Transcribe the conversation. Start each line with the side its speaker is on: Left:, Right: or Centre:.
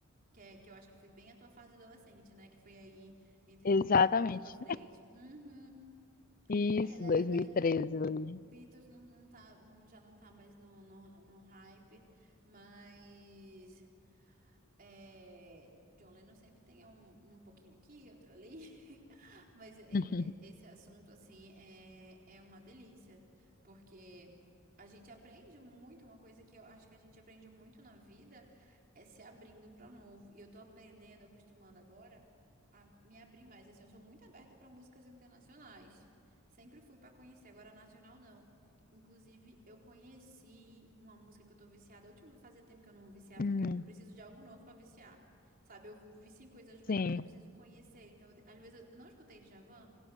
Right: Que, é, que eu acho que foi bem a tua fase adolescente, né? Que foi aí entre
Left: exatamente.
Right: 2010 pra frente. Uhum.
Left: Isso,
Right: É, daí,
Left: 2013
Right: daí
Left: ali.
Right: Beatles não, não tá, não- já não tá mais no, no, no hype, mas é, John Lennon sempre tem um, um pouquinho aqui, outro ali, <laughs> mas é-
Left: <laughs>
Right: é- esse assunto, assim, é, é uma delícia, porque a gente aprende muito, uma coisa que eu acho que a gente aprende muito na vida é se abrindo para o novo, e eu tô aprendendo, acostumando agora a me abrir mais, assim, eu sou muito aberta para músicas internacionais, sempre fui para conhecer, agora nacional não. Inclusive, eu conheci uma música que eu tô viciada. A última fazia tempo que eu não viciava,
Left: Hum,
Right: porque eu, eu preciso de algo novo pra viciar. Sabe, eu vicio em coisas velhas,
Left: sim,
Right: mas eu preciso conhecer. Então, eu de- às vezes eu não escutei Djavan